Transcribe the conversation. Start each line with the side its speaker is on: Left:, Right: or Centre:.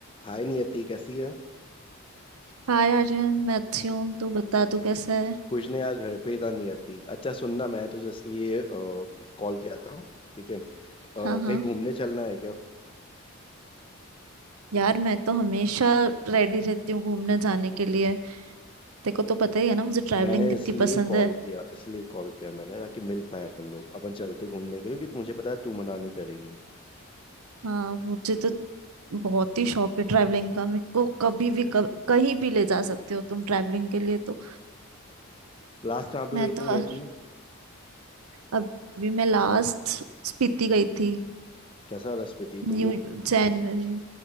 Left: हाय नियति कैसी है
Right: हाय आर्यन मैं अच्छी हूँ तू बता तू कैसा है
Left: कुछ नहीं यार घर पे ही था नियति अच्छा सुनना मैं तो इसलिए कॉल किया था ठीक है अ, कहीं
Right: हाँ हाँ
Left: घूमने चलना है क्या
Right: यार मैं तो हमेशा रेडी रहती हूँ घूमने जाने के लिए तेरे को तो पता ही है ना मुझे ट्रैवलिंग
Left: मैंने
Right: कितनी
Left: इसलिए
Right: पसंद
Left: कॉल
Right: है
Left: किया इसलिए कॉल किया मैंने ताकि मिल पाए अपन लोग अपन चलते घूमने के लिए क्योंकि मुझे पता है तू मना नहीं करेगी
Right: हाँ मुझे तो बहुत ही शौक है ट्रैवलिंग का मेरे को कभी भी कभ, कहीं भी ले जा सकते हो तुम ट्रैवलिंग के लिए तो
Left: लास्ट कहाँ पे
Right: मैं
Left: गई थी
Right: तो
Left: नियति
Right: अभी मैं लास्ट स्पीति गई थी
Left: कैसा रस पे थी तुम
Right: न्यू
Left: लोग
Right: जनवरी